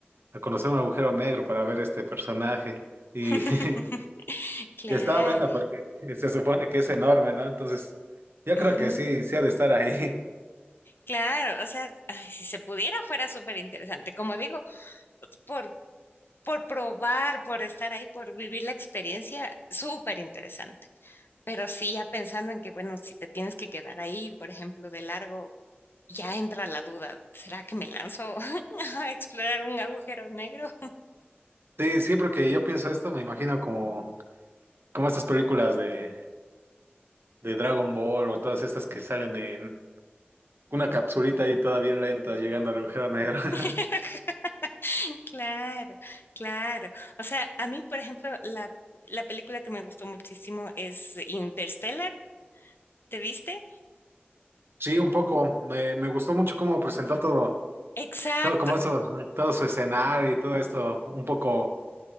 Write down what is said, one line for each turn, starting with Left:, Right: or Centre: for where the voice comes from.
Right: a conocer un agujero negro para ver este personaje. Y,
Left: <laughs>
Right: <laughs>
Left: Claro.
Right: y está bueno porque se supone que es enorme, ¿no? Entonces, yo
Left: ujú,
Right: creo que sí, sí ha de estar ahí. <laughs>
Left: Claro, o sea, ay, si se pudiera fuera súper interesante. Como digo, por, por probar, por estar ahí, por vivir la experiencia, súper interesante. Pero sí, ya pensando en que, bueno, si te tienes que quedar ahí, por ejemplo, de largo, ya entra la duda, ¿será que me lanzo <laughs> a explorar un agujero negro?
Right: Sí, siempre que yo pienso esto, me imagino como, como estas películas de, de Dragon Ball o todas estas que salen en una capsulita ahí toda bien lenta llegando al agujero negro. <laughs>
Left: <laughs> Claro, claro. O sea, a mí, por ejemplo, la, la película que me gustó muchísimo es Interstellar. ¿Te viste?
Right: Sí, un poco. Me, me gustó mucho cómo presentó todo,
Left: Exacto,
Right: todo como eso, todo su escenario y todo esto, un poco,